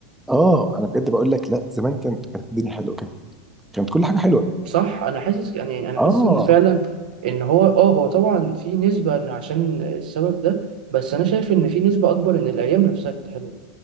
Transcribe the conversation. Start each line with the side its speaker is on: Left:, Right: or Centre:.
Centre: اه أنا بجد بقول لك لا زمان كانت كانت الدنيا حلوة كانت كانت كل حاجة حلوة
Right: صح انا حاسس يعني انا
Centre: اه
Right: حاسس ان فعلا ان هو اه هو طبعا في نسبه ان عشان السبب ده بس انا شايف ان في نسبه اكبر ان الايام نفسها كانت حلوه